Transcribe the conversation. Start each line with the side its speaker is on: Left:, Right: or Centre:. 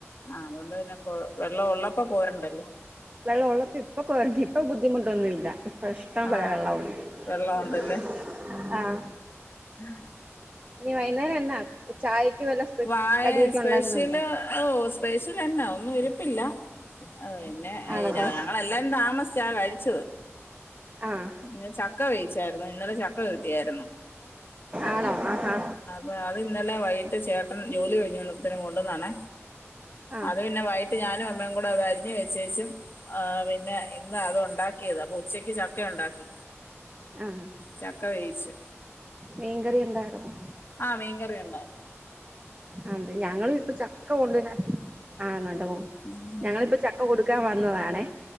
Left: ആഹ് അതോണ്ട് പിന്നെ കൊ വെള്ളം ഒള്ളപ്പോ കോരണ്ടല്ലോ
Right: വെള്ള ഒള്ളപ്പോ ഇപ്പോ ക്കോരൻ ഇപ്പം ബുദ്ധിമുട്ടൊന്നുല്ല. ഇപ്പെഷ്ടം
Left: ആഹ്
Right: പോലെ വെള്ള <unintelligible>
Left: വെള്ളം ഉണ്ടല്ലേ
Right: ആഹ്
Left: <inaudible>
Right: ഇനി വൈന്നേരന്നാ ചായക്ക് വല്ല സ്പെഷ്
Left: വാഴ
Right: കട്യൊക്കെണ്ടാക്കുന്നുണ്ടോ?
Left: സ്പെഷ്യല് ഓഹ് സ്പെഷ്യലെന്നാ ഒന്നും ഇരിപ്പില്ല ഓഹ് പിന്നെ ഏഹ്
Right: ആണല്ലേ
Left: ത ഞങ്ങളെല്ലാം താമസിച്ചാ കഴിച്ചത്.
Right: ആഹ്
Left: പിന്നെ ചക്ക വേവിച്ചായ്ര്ന്നു ഇന്നലെ ചക്ക കിട്ടിയായിര്ന്നു.
Right: ആണോ ആഹ് ഹാ
Left: താ അതിന്നലെ വൈകിട്ട് ചേട്ടൻ ജോലി കഴിഞ്ഞ് വന്നാപ്പത്തേന് കൊണ്ടോന്നാണെ
Right: ആഹ്
Left: അത് പിന്നെ വൈ ട്ട് ഞാനും അമ്മേം കൂടെ അത് അരിഞ്ഞ് വെച്ചേച്ചും. ആഹ് പിന്നെ ഇന്ന് അതാ ഉണ്ടാക്കിയത് അപ്പൊ ഉച്ചക്ക് ചക്ക യുണ്ടാക്കി.
Right: ആഹ്
Left: ചക്ക വേവിച്ച്
Right: മീൻകറി ഉണ്ടായിരുന്നു
Left: ആഹ് മീൻകറി യുണ്ടായിര്ന്നു.
Right: അതെ ഞങ്ങളും പ്പൊ ചക്ക കൊണ്ടോരാൻ ആണടോ
Left: <inaudible>
Right: ഞങ്ങളിപ്പം ചക്ക കൊടുക്കാൻ വന്നതാണേ